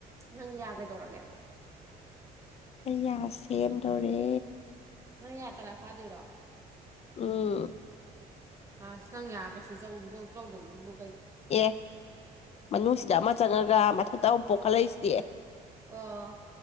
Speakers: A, on the right (about 15°); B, on the left (about 40°).
A: ꯅꯪ ꯌꯥꯒꯗꯧꯔꯒꯦ
B: ꯑꯩꯌꯥ ꯁꯦꯝꯗꯣꯔꯦ
A: ꯅꯪ ꯌꯥꯌꯥ ꯇꯔꯥ ꯐꯥꯗꯣꯏꯔꯣ
B: ꯎꯝ
A: ꯑꯁ ꯅꯪ ꯌꯥꯔꯒꯁꯨꯧ ꯌꯧꯗꯕꯁꯨ ꯕꯨ
B: ꯑꯦ ꯃꯅꯨꯡꯁꯤꯗ ꯑꯃ ꯆꯪꯉꯒ ꯃꯊꯛꯇ ꯑꯃꯨꯛ ꯄꯣꯛꯈꯠꯂꯛꯏꯁꯤꯗꯤ
A: ꯑꯣ